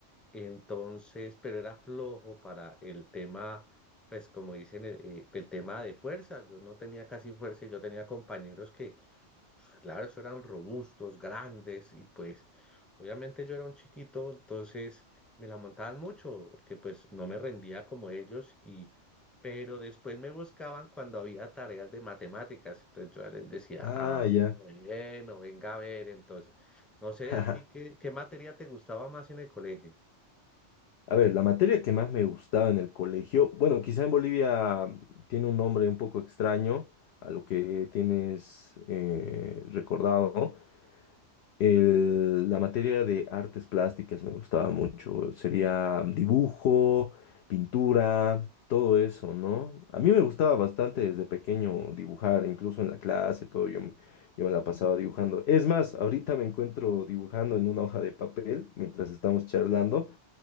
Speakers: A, in the centre; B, on the left (about 65°).
A: entonces, pero era flojo para el tema, pues como dicen, eh, eh, el tema de fuerza, yo no tenía casi fuerza y yo tenía compañeros que pues, claro, eso eran robustos, grandes y pues obviamente yo era un chiquito, entonces me la montaban mucho porque pues no me rendía como ellos y pero después me buscaban cuando había tareas de matemáticas, entonces yo les decía,
B: Ah,
A: ah,
B: ya.
A: bueno, venga a ver, entonces, no sé
B: <laughs>
A: a ti qué, qué materia te gustaba más en el colegio.
B: A ver, la materia que más me gustaba en el colegio, bueno, quizá en Bolivia mm, tiene un nombre un poco extraño a lo que tienes eh, recordado, El- la materia de artes plásticas me gustaba mucho. Sería dibujo, pintura, todo eso, ¿no? A mí me gustaba bastante desde pequeño dibujar, incluso en la clase, todo. Yo, me- yo me la pasaba dibujando. Es más, ahorita me encuentro dibujando en una hoja de papel mientras estamos charlando.